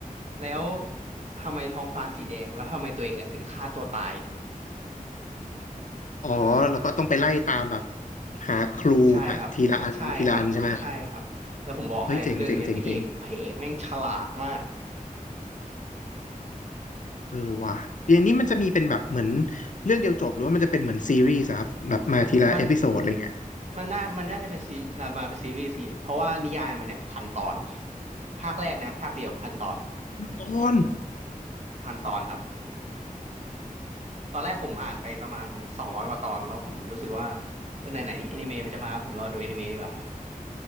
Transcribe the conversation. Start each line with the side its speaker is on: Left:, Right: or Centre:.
Right: แล้วทำไมท้องฟ้าสีแดงแล้วทำไมตัวเองเนี่ยถึงฆ่าตัวตาย
Left: อ๋อแล้วก็ต้องไปไล่ตามแบบหาครูหาทีละอันทีละอันใช่ไหมฮะ
Right: ใช่ครับใช่ครับใช่ครับแล้วผมบอกให้เรื่องเนี้ยพระเอกพระเอกแม่งฉลาดมาก
Left: เฮ้ยเจ๋งเจ๋งเจ๋งเจ๋งเออว่ะอย่างนี้มันจะมีเป็นแบบเหมือนเรื่องเดียวจบหรือว่ามันจะเป็นเหมือนซีรีส์อะครับแบบมาทีละเอพิโซดอะไรเงี้ย
Right: มันมันน่ามันน่าจะเป็นซีรามาเป็นซีรีส์สิเพราะว่านิยายมันเนี่ยพันตอนภาคแรกนะภาคเดียวพันตอน
Left: ตอน
Right: พันตอนครับตอนแรกผมอ่านไปประมาณสองร้อยกว่าตอนแล้วผมรู้สึกว่าเออไหนไหนนี่แอนิเมะมันจะมาผมรอดูแอนิเมะดีกว่า